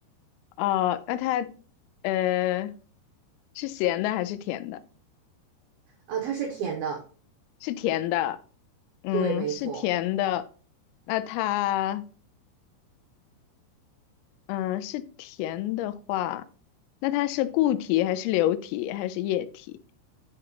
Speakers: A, on the left; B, on the right.
A: 啊哦，那它呃是咸的还是甜的？
B: 啊、它是甜的，
A: 是甜的，嗯，
B: 对，没错，
A: 是甜的。那它。嗯、呃是甜的话，那它是固体还是流体还是液体？